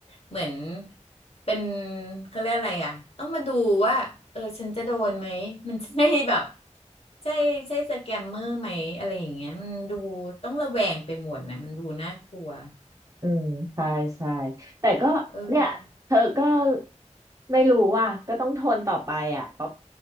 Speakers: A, on the left; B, on the right.
A: เหมือนเป็นเขาเรียกอะไรอ่ะต้องมาดูว่าเออฉันจะโดนไหมมันใช่แบบใช่ใช่สแกมเมอร์ไหมอะไรอย่างเงี้ยมันดูต้องระแวงไปหมดนะมันดูน่ากลัว
B: อืมใช่ใช่แต่ก็เนี่ยเธอก็
A: เออ
B: ไม่รู้ว่าก็ต้องทนต่อไปอ่ะเพราะ